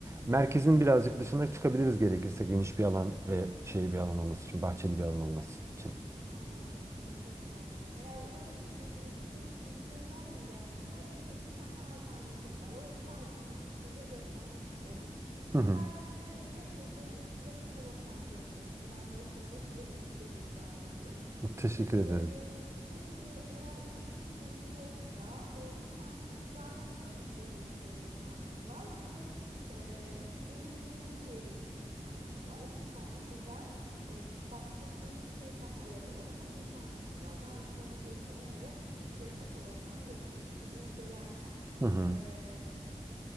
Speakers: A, on the right; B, on the right.
A: merkezin birazcık
B: Evet,
A: dışına çıkabiliriz gerekirse geniş bir alan ve şey bir alan olması için, bahçeli bir alan olması için.
B: anladım. Sizi çok iyi anladım. Eğer ulaşımla ilgili sizin için bir sorun olmayacaksa elimde iki tane alternatif var. O iki alternatifi size göstermek isterim.
A: Hı
B: İsterseniz
A: hı.
B: şöyle içeri geçelim, size katalogdan göstereyim. Ben de o sırada size bir içecek ikram edeyim.
A: Teşekkür ederim.
B: Ee, şimdi eğer ulaşım sorunu yoksa e, bir tane Garden Wedding diye bir e, mekanımız var. Bir de e, Benim Düğünüm diye bir mekanımız var. İki tane güzel e, bahsettiğiniz kriterlere uygun mekanımız var. Ben size öncelikle onları şöyle katalogdan göstereyim. Siz incelerken
A: Hı hı.
B: e,